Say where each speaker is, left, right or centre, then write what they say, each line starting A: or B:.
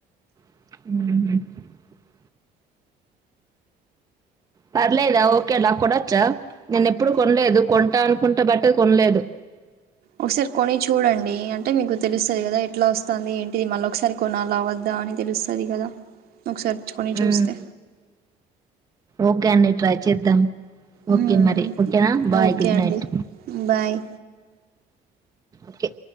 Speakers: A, on the right; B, on the right.
A: ఉ పర్లేదా ఓకేలా కొడొచ్చా నేను ఎప్పుడు కొనలేదు కొంటా అనుకుంటా బట్ కొనలేదు
B: ఒకసారి కొని చూడండి అంటే మీకు తెలుస్తది కదా ఎట్లా వస్తాంది ఏంటి ఇది మళ్ళ ఒకసారి కొనాల వద్దా అని తెలుస్తది కదా ఒక సారి కొని
A: మ్మ్
B: చూస్తే
A: ఓకే అండి ట్రై చేద్దాం
B: ఉమ్
A: ఓకే మరి ఓకేనా బాయ్
B: ఓకే
A: గుడ్
B: అండి
A: నైట్
B: బాయ్
A: ఓకే